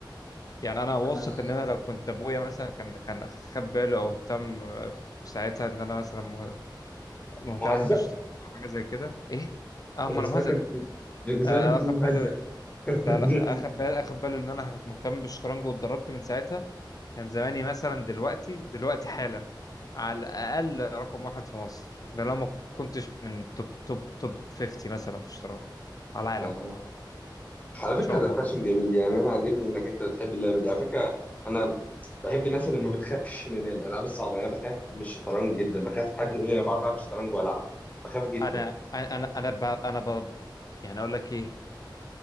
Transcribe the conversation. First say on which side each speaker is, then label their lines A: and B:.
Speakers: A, on the left (about 50°); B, on the left (about 20°).
A: يعني أنا واثق
B: انا
A: إن أنا لو كنت أبويا مثلا كان كان خد باله أو اهتم في ساعتها إن أنا مثلا مه- مهتم
B: مهزأ
A: بشغل أو حاجة زي كده إيه؟ أه
B: بجسمتك
A: ما أنا مهزأ كده
B: بجسمتك
A: آه،
B: دي
A: أخد
B: مهزأ
A: باله
B: <laughs>
A: لا لا اخد بال اخد باله ان انا مهتم بالشطرنج واتدربت من ساعتها كان زماني مثلا دلوقتي دلوقتي حالا على الاقل رقم واحد في مصر ده لو ما كنتش من توب توب توب 50 مثلا في الشطرنج على العالم
B: آه. على
A: ان
B: فكرة
A: شاء
B: ده
A: الله
B: فاشن جميل يعني أنا عاجبني إنك أنت بتحب اللعبة دي على فكرة أنا بحب الناس اللي ما بتخافش من الألعاب الصعبة يعني أنا بخاف من الشطرنج جدا بخاف حد يقول لي أنا بعرف ألعب شطرنج وألعب بخاف جدا
A: انا انا انا ب... انا ب... يعني اقول لك ايه